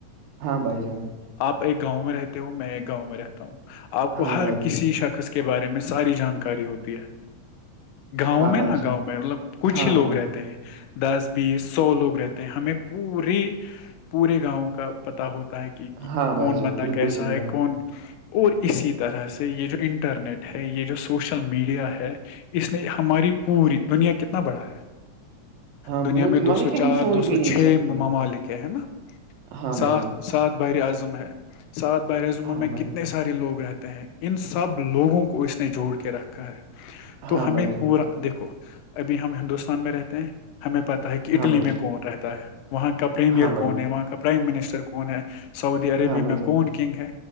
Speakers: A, on the right; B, on the left.
A: ہاں بھائی جان
B: آپ ایک گاؤں میں رہتے ہو میں ایک گاؤں میں رہتا ہوں آپ
A: ہاں
B: کو ہر
A: بھائی جان
B: کسی شخص کے بارے میں ساری جانکاری ہوتی ہے گاؤں
A: ہاں
B: میں
A: بھائی
B: نہا
A: جان
B: گاؤں میں مطلب کچھ
A: ہاں
B: ہی لوگ
A: ہاں
B: رہتے
A: ہاں
B: ہیں دس بیس سو لوگ رہتے ہیں ہمیں پوری پورے گاؤں کا پتا ہوتا ہے کہ کہ
A: ہاں بھائی
B: کون
A: جان
B: بندہ
A: بالکل
B: کیسا
A: صحیح
B: ہے
A: کہا
B: کون اور اسی طرح سے یہ جو انٹرنیٹ ہے یہ جو سوشل میڈیا ہے اس نے ہماری پوری دنیا کتنا بڑھا ہے
A: ہاں
B: دنیا
A: بہت
B: میں دو
A: مطلب
B: سو
A: کہ ہم
B: چار
A: سوچ
B: دو سو
A: بھی نہیں
B: چھ
A: سکتے
B: ممالک ہیں ہے نا
A: ہاں
B: سات
A: بھائی جان
B: سات بار اعظم ہے سات بر اعظموں
A: ہاں
B: میں
A: بھائی
B: کتنے سارے لوگ رہتے ہیں ان سب لوگوں کو اس نے جوڑ کے رکھا ہے تو
A: ہاں
B: ہمیں
A: بھائی جان
B: پورا دیکھو ابھی ہم ہندوستان میں رہتے ہیں ہمیں پتا ہے کہ اٹلی
A: ہاں بھائی
B: میں کون رہتا ہے وہاں کا پریمئر
A: ہاں بھائی
B: کون
A: جان
B: ہے وہاں پرائم منسٹر کون ہے سعودی عربیہ
A: ہاں بھائی
B: میں
A: جان
B: کون کنگ ہے